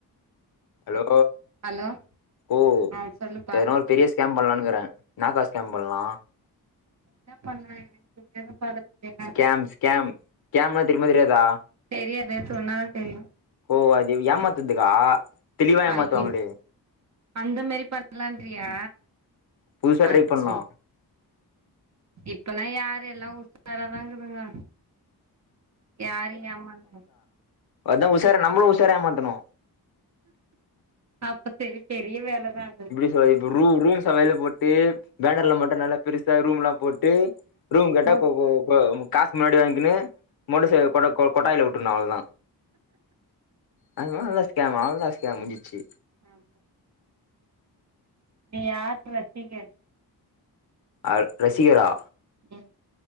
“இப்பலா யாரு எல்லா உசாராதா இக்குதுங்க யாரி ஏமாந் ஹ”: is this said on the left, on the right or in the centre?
Right